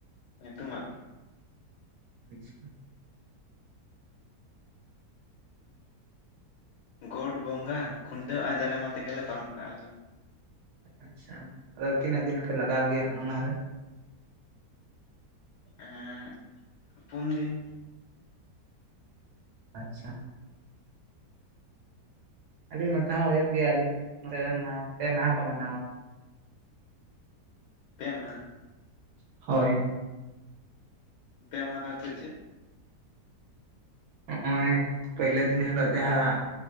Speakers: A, on the left (about 80°); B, on the right (about 70°).
A: ᱧᱩᱛᱩᱢᱟᱜ
B: ᱟᱪᱪᱷᱟ᱾
A: ᱜᱚᱴ ᱵᱚᱸᱜᱟ ᱠᱷᱩᱱᱴᱟᱹᱣ ᱟᱨ ᱡᱟᱞᱮ ᱢᱟ ᱛᱮᱜᱮᱞᱮ ᱯᱟᱨᱚᱢ ᱠᱟᱜᱼᱟᱞᱮ᱾
B: ᱟᱪᱪᱷ, ᱟᱫᱚ ᱛᱤᱱᱟᱹᱜ ᱫᱤᱱ ᱯᱮ ᱞᱟᱜᱟᱣ ᱜᱮᱭᱟ ᱚᱱᱟᱨᱮ?
A: ᱮᱸᱜ ᱯᱩᱱᱫᱤᱱ
B: ᱟᱪᱪᱷᱟ᱾ ᱟᱹᱞᱤᱧ ᱱᱚᱛᱮ ᱦᱚᱸ ᱦᱩᱭᱩᱜ ᱜᱮᱭᱟ, ᱟᱹᱞᱤᱧ ᱱᱚᱛᱮ ᱯᱮ ᱢᱟᱦᱟ ᱠᱚ ᱢᱟᱱᱟᱣᱟ᱾
A: ᱯᱮ ᱢᱟᱦᱟ?
B: ᱦᱳᱭ᱾
A: ᱯᱮ ᱢᱟᱦᱟᱸ ᱫᱚ ᱪᱮᱫ ᱪᱮᱫ?
B: ᱦᱚᱜᱼᱚᱭ ᱯᱳᱭᱞᱳ ᱫᱤᱱ ᱦᱤᱞᱳᱜ ᱡᱟᱦᱟᱸ